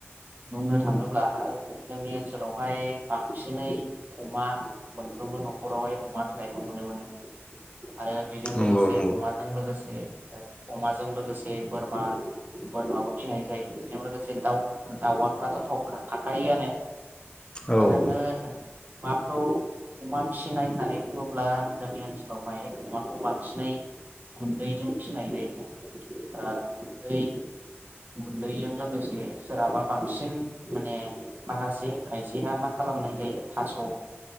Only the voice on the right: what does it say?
बुंनो थाङोब्ला जोंनि ओनसोलावहाय। बांसिनै अमा मोनफ्रोमबो नखरावहाय अमा फिनायखौ नुनो मोनो। आरो बेजों
लोगोसे
अमाजों लोगोसे अमाजों लोगोसे बोरमा बोरमाबो फिसिनाय जायो बेजों लोगोसे दाउ दाउआफ्राथ थ थाखायोआनो
<unintelligible>
माखौ अमा फिनाय होननानै बुङोब्ला जोंनि ओनसोलावहाय अमाखौ बांसिनै गुन्दैजों फिसिनाय जायो ओ गुन्दै गुन्दैजों लोगोसे सोरहाबा बांसिन माने माखासे खायसेहा मा खालामनाय जायो थास ओ